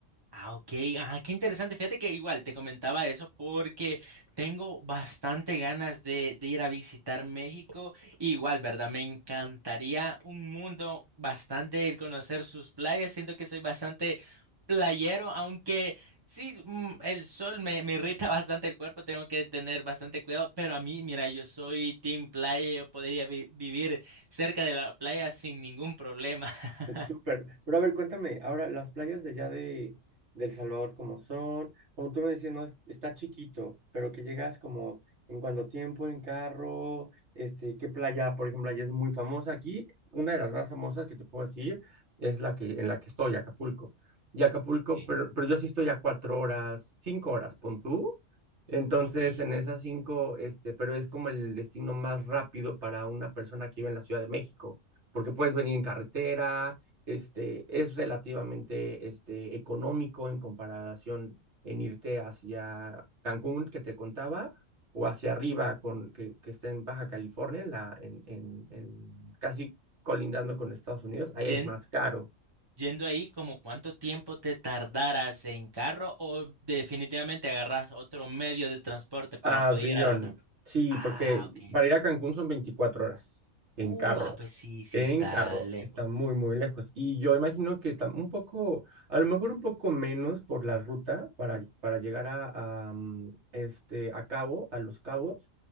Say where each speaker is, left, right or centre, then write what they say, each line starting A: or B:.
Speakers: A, on the right; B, on the right.
A: Ah, ok. Ajá, qué interesante. Fíjate que igual te comentaba eso porque tengo bastante ganas de, de ir a visitar México. Igual, ¿verdad? Me encantaría un mundo bastante el conocer sus playas. Siento que soy bastante playero, aunque sí, mm, el sol me, me irrita <laughs> bastante el cuerpo. Tengo que tener bastante cuidado. Pero a mí, mira, yo soy team playa. Yo podría vi- vivir cerca de la playa sin ningún problema. <laughs>
B: Súper. Pero a ver, cuéntame, ahora las playas de allá de, de El Salvador, ¿cómo son? Como tú me decías, no, es- está chiquito, pero que llegas como en cuánto tiempo, en carro, este, ¿qué playa, por ejemplo, allá es muy famosa? Aquí, una de las más famosas que te puedo decir es la que, en la que estoy, Acapulco. Y Acapulco,
A: Sí.
B: pero, pero yo sí estoy a cuatro horas, cinco horas, pon tú. Entonces,
A: Ah, ok.
B: en esas cinco, este, pero es como el destino más rápido para una persona que vive en la Ciudad de México porque puedes venir en carretera, este, es relativamente este, económico en comparación en irte hacia Cancún, que te contaba, o hacia arriba, con, que, que está en Baja California, en la, en, en, en, casi colindando con Estados Unidos, ahí es
A: Yen-
B: más caro.
A: Yendo ahí, como cuánto tiempo te tardaras en carro o definitivamente agarras otro medio de transporte para
B: Avión,
A: poder ir a las otras.
B: sí,
A: Ah,
B: porque
A: ok.
B: para ir a Cancún son 24 horas en
A: Uh,
B: carro.
A: ah, pues sí, sí
B: En
A: está
B: carro,
A: lejos.
B: sí, está muy, muy lejos. Y yo imagino que tam- un poco, a lo mejor un poco menos por la ruta para, para llegar a, a, mm, este, a Cabo, a Los Cabos,